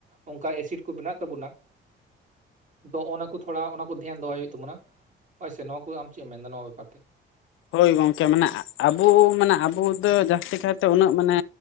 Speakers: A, on the right; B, on the left.
A: ᱚᱱᱠᱟ ᱮᱥᱤᱰ ᱠᱚ ᱢᱮᱱᱟᱜ ᱛᱟᱵᱚᱱᱟ ᱛᱚ ᱚᱱᱟ ᱠᱚ ᱛᱷᱚᱲᱟ ᱚᱱᱟ ᱠᱚ ᱫᱷᱮᱭᱟᱱ ᱫᱚᱦᱚᱭ ᱦᱩᱭᱩᱜ ᱛᱟᱵᱚᱱᱟ ᱟᱥᱮ ᱱᱚᱣᱟ ᱠᱚ ᱟᱢ ᱪᱮᱫ ᱮᱢ ᱢᱮᱱᱫᱟ ᱱᱚᱣᱟ ᱵᱮᱯᱟᱨ ᱛᱮ
B: ᱦᱳᱭ ᱜᱚᱝᱠᱮ ᱢᱟᱱᱮ ᱟᱵᱚ ᱢᱟᱱᱮ ᱟᱵᱚ ᱫᱚ ᱡᱟᱹᱥᱛᱤ ᱠᱟᱭᱛᱮ ᱩᱱᱟᱹᱜ ᱢᱟᱱᱮ